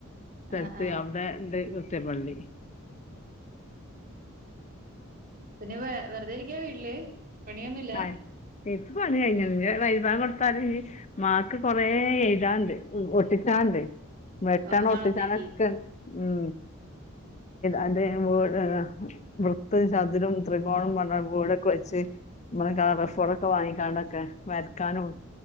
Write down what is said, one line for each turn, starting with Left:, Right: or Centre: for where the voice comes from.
Left: സഥലത്ത്
Right: ആഹ് ആഹ്
Left: അവിടെ ണ്ട് മത്തെ പള്ളി
Right: പിന്നെ വ വെറുതെ ഇരിക്കാ വീട്ടില് പണിയൊന്നുല്ല
Left: ആ പ്പ പണി കഴിഞ്ഞ് നി വൈ ബാക്കൊടുത്താല് മാക്ക് കൊറെ എഴുതാണ്ട് ഒട്ടിച്ചാണ്ട് വെട്ടണം
Right: ഓ
Left: ഒട്ടിചാനക്കെണ്ട്
Right: നാളത്തേക്ക്
Left: ഉം അത് വട് വൃത്ത ചതുരും ത്രികോണവും പറഞ്ഞാണ്ട് വീടൊക്കെ വെച്ച് നമ്മെ കളഫോഡൊക്കെ വാങ്ങിക്കാനൊക്കെ വരക്കാനും